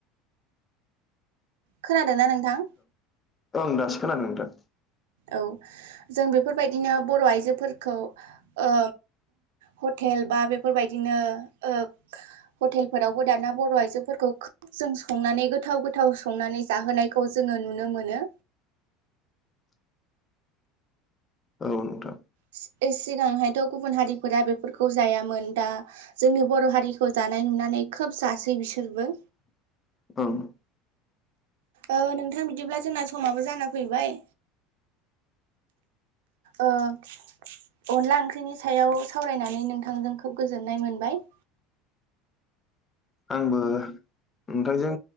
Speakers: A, on the right; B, on the left.
A: खोनादों ना नोंथां।
B: ओं दासो खोनादों नोंथां।
A: औ जों बेफोरबायदिनो बर आइजोफोरखौ ओ हटेल बा बेफोरबायदिनो ओ हटेलफोरावबो दाना बर आइजोफोरखौ खोब जों संनानै गोथाव गोथाव संनानै जाहोनायखौ जोङो नुनो मोनो।
B: <inaudible> औ नोंथां।
A: सि ओ सिगांहायथ गुबुन हारिफोरा बेफोरखौ जायामोन दा जोंनि बर हारिखौ जानाय नु नानै खोब जासै बिसोरबो।
B: <inaudible> <unintelligible>
A: ओ नोंथां बिदिब्ला जोंना समाबो जाना फैबाय
B: <inaudible>
A: ओ अनला ओंख्रिनि सायाव सावरायनानै नोंथांजों खोब गोजोननाय मोनबाय।
B: आंबो नोंथांजों